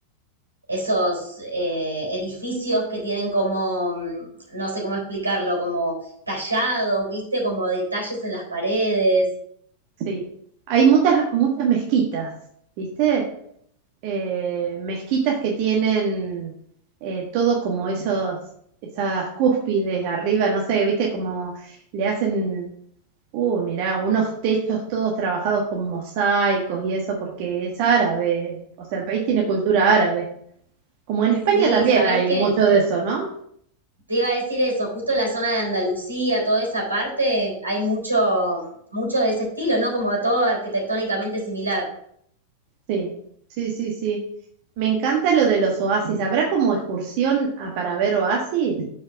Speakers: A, on the right; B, on the right.
A: esos eh, edificios que tienen como, mm, no sé cómo explicarlo, como tallados, viste, como detalles en las paredes.
B: sí. Hay muchas, muchas mezquitas, viste, eh, mezquitas que tienen eh, todo como esos, esas cúspides arriba, no sé, viste, como le hacen, uh, mirá, unos techos todos trabajados con mosaicos y eso, porque es árabe, o sea, el país tiene cultura árabe. Como en España
A: Sí,
B: también
A: ¿sabés
B: hay
A: qué?
B: mucho de eso, ¿no?
A: Te iba a decir eso, justo la zona de Andalucía, toda esa parte, hay mucho, mucho de ese estilo, ¿no? Como a todo arquitectónicamente similar.
B: Sí, sí, sí, sí. Me encanta lo de los oasis. ¿Habrá como excursión a, para ver oasis?